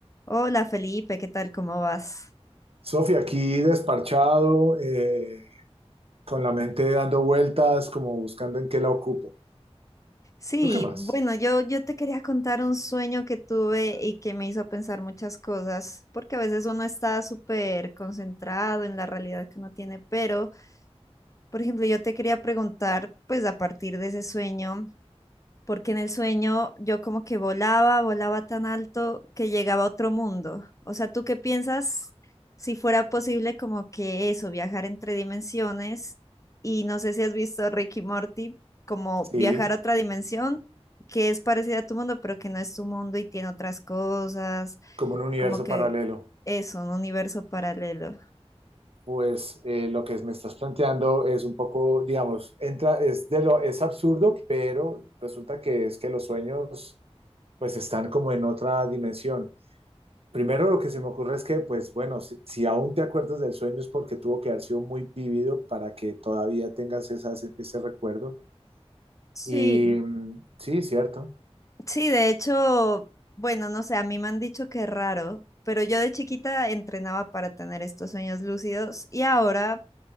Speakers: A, on the left; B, on the right.
A: Hola Felipe, ¿qué tal? ¿Cómo vas?
B: Sofía, aquí desparchado, eh, con la mente dando vueltas, como buscando en qué la ocupo.
A: Sí,
B: ¿Tú qué más?
A: bueno, yo, yo te quería contar un sueño que tuve y que me hizo pensar muchas cosas, porque a veces uno está súper concentrado en la realidad que uno tiene, pero, por ejemplo, yo te quería preguntar, pues a partir de ese sueño. porque en el sueño yo como que volaba, volaba tan alto que llegaba a otro mundo. O sea, ¿tú qué piensas si fuera posible como que eso, viajar entre dimensiones? Y no sé si has visto Rick y Morty, como
B: Sí,
A: viajar a otra dimensión que es parecida a tu mundo, pero que no es tu mundo y tiene otras cosas,
B: como un universo
A: como que
B: paralelo.
A: eso, un universo paralelo.
B: Pues eh, lo que me estás planteando es un poco, digamos, entra, es, de lo, es absurdo, pero resulta que es que los sueños pues están como en otra dimensión. Primero lo que se me ocurre es que, pues bueno, si, si aún te acuerdas del sueño es porque tuvo que haber sido muy vívido para que todavía tengas esas- ese recuerdo.
A: Sí,
B: Y mm, sí, cierto.
A: Sí, de hecho, bueno, no sé, a mí me han dicho que es raro, pero yo de chiquita entrenaba para tener estos sueños lúcidos y ahora